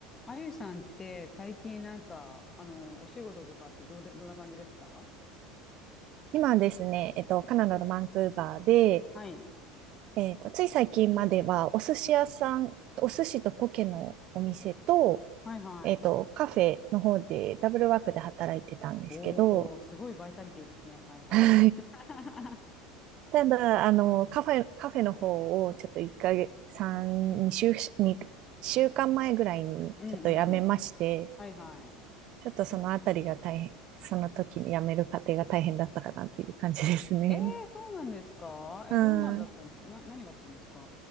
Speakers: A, on the left; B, on the right.
A: あゆさんって最近なんか、あの、お仕事とかってどうで、どんな感じですか
B: 今ですね、えっと、カナダのバンクーバーで、
A: はい。
B: えっと、つい最近までは、お寿司屋さん、お寿司とポケのお店と、
A: はいはい。
B: えっと、カフェの方でダブルワークで働いてたんですけど、
A: おー、すごいバイタリティですね。はいはい。
B: <laughs>
A: <laughs>
B: ただ、あの、カフェ、カフェの方をちょっと1ヶ月、3、2週、2週間前ぐらいにちょっと辞めまして、
A: うんうん。はいはい。
B: ちょっとそのあたりが大変、その時に辞める過程が大変だったかなっていう感じですね。
A: えー、そうなんですかえ、
B: うん
A: どうなんだったね。な、何があったんですか